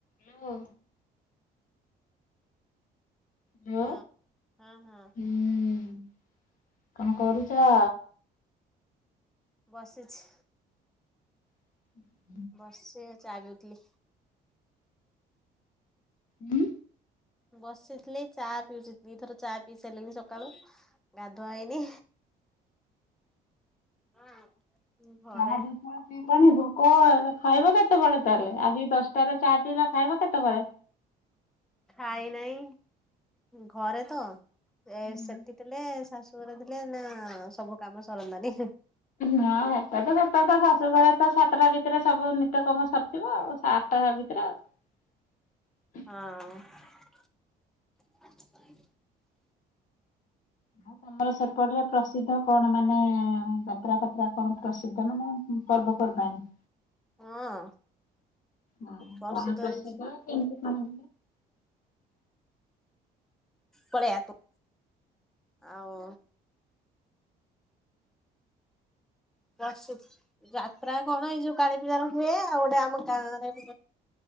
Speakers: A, on the left; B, in the centre.
A: Hello. Hello
B: ହଁ ହଁ ହଁ
A: <inaudible> ହୁଁ। କଣ କରୁଛ?
B: ବସିଛି।
A: <inaudible>
B: ବର୍ଷେ ଚାଲୁଥିଲି
A: ହୁଁ।
B: ବସିଥିଲି ଚା ପିଉଥିଲି ଦୁଇଥର ଚା ପିଇ ସାରିଲିନି ସକାଳୁ ଗାଧୁଆ ହେଇନି। <inaudible> ଘରେ
A: ଚାହା ଦୁଇଥର ପିଇ କଣିବ କଣ ଖାଇବ କେତେବେଳେ ତାହେଲେ ଆସିକି ଦଶଟାରେ ଚାହା ପିଇଲ ଖାଇବ କେତେ ବେଳେ।
B: ଖାଇ ନାହିଁ ଘରେ ତ। ଏ
A: ହୁଁ।
B: ସେଠି ଥିଲେ ଶାଶୁ ଶାଶୁଘରେ ଥିଲେ ନା ସବୁ କାମ ସରନ୍ତାନି।
A: ହଁ ସେଟା ତ ସତ କଥା ଶାଶୁଘରେ ତ ସାତଟା ଭିତରେ ସବୁ କାମ ସରିଥିବ ଆଉ। ଆଠ ଟା ଭିତରେ ଆଉ।
B: ହଁ <inaudible>
A: ଆଉ ତମର ସେପଟରେ ପ୍ରସିଦ୍ଧ କଣ ମାନେ ଯାତ୍ରା ଫାତ୍ରା କଣ ପ୍ରସିଦ୍ଧ ମାନେ ପର୍ବପର୍ବାଣୀ।
B: ହଁ।
A: ହଁ
B: ବସିତ
A: କଣ ପ୍ରସିଦ୍ଧ
B: ହେଇଛି
A: କେମିତି। ହଁ।
B: ପଳେଇଆ ତୁ ଆଉ ପ୍ରସି ଯାତ୍ରା କଣ ଏଇ ଯୋଉ କାଳୀ ପୂଜା ର ହୁଏ ଆଉ ଗୋଟେ ଆମ ଗାଁରେ